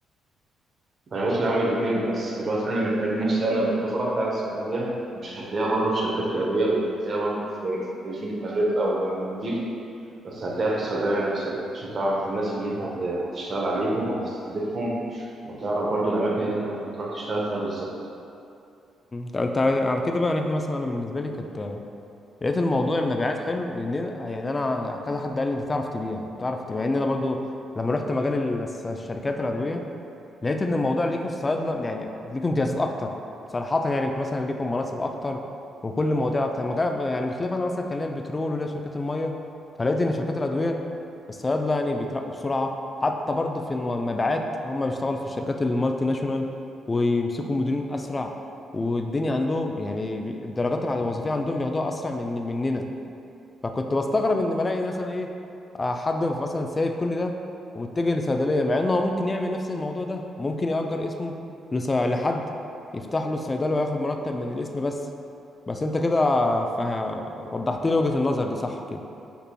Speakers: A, on the right; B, on the left.
A: أنا ممكن أعمل الاتنين بس دلوقتي أنا محتاج نفسي أنا الخبرة بتاع الصيدلية مش هتلاقيها بره في شركات الأدوية ومش هتلاقيها برضه في مدينة الرب أو المناديل. بس هتلاقيها في الصيدلية نفسها عشان تعرف الناس اللي انت هت- هتشتغل عليهم وهتستهدفهم وتعرف برضو الأماكن اللي انت ممكن تروح تشتغل فيها بالظبط
B: طب انت على على كده بقى يعني احنا مثلا انا بالنسبه لي كانت لقيت الموضوع المبيعات حلو لان انا- يعني انا كذا حد قال لي انت تعرف تبيع بتعرف تبيع مع ان انا برضو لما رحت مجال ال- الشركات الادويه لقيت ان الموضوع ليكوا الصيادله يعني ليكوا امتيازات اكتر صراحه يعني انتوا مثلا ليكوا مناصب اكتر وكل مواضيع اكتر مجا- يعني بخلاف انا مثلا كان ليا البترول وليا شركات الميه فلقيت ان شركات الادويه الصيادله يعني بيترقوا بسرعه حتى برضه في المبيعات هم بيشتغلوا في الشركات المالتي ناشونال ويمسكوا مديرين اسرع والدنيا عندهم يعني بي- الدرجات الع- الوظيفيه عندهم بياخدوها اسرع من مننا فكنت بستغرب ان بلاقي مثلا ايه آه، حد مثلا سايب كل ده ومتجه لصيدليه مع انه هو ممكن يعمل نفس الموضوع ده وممكن يأجر اسمه لص- لحد يفتح له الصيدليه وياخد مرتب من الاسم بس بس انت كده فه- وضحت لي وجهة النظر دي صح كده